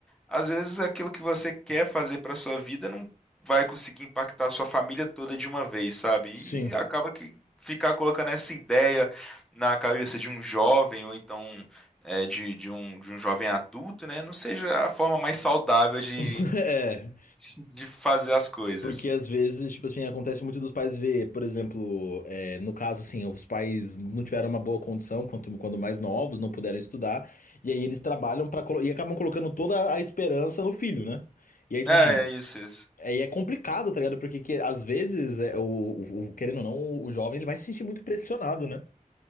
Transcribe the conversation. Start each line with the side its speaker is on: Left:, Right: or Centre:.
Centre: às vezes aquilo que você quer fazer para sua vida não vai conseguir impactar a sua família toda de uma vez, sabe?
Left: Sim.
Centre: E acaba que ficar colocando essa ideia na cabeça de um jovem ou então é, de, de um, de um jovem adulto, né? Não seja a forma mais saudável de,
Left: <laughs> É.
Centre: de fazer as coisas.
Left: Porque às vezes, tipo assim, acontece muito dos pais ver, por exemplo, é, no caso, assim, os pais não tiveram uma boa condição quando, quando mais novos, não puderam estudar, e aí eles trabalham para e acabam colocando toda a esperança no filho, né? E aí, tipo
Centre: É,
Left: assim,
Centre: é isso, isso.
Left: aí é complicado, tá ligado? Porque que, às vezes, é, o, o- o- querendo ou não, o, o jovem ele vai se sentir muito pressionado, né?